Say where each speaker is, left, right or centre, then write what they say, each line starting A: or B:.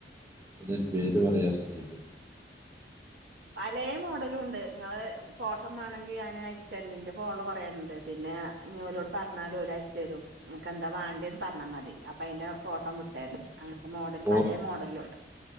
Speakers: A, on the right; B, on the right.
A: ഇയ് പേര് പറെയ് ഞാൻ <unintelligible>
B: പലേ മോഡലും ഉണ്ട് നിങ്ങള് ഫോട്ടോ മാണെങ്കിൽ ഞാൻ അയചേരണ്ട് ഇന്റെ ഫോണില് കൊറേണ്ട് പിന്നെ ഞ്ഞി ഓലോഡ് പറഞ്ഞാലു ഓല് അ ചെരും അനക്കെന്താ വാണ്ടേന്ന് പറഞ്ഞാൽ മതി അപ്പൊ അയിന്റെ ഫോട്ടോ വിട്ടെരും. അങ്ങൻത്തെ മോഡൽ പലേ
A: ഓർക്കി
B: മോഡലിലുണ്ട്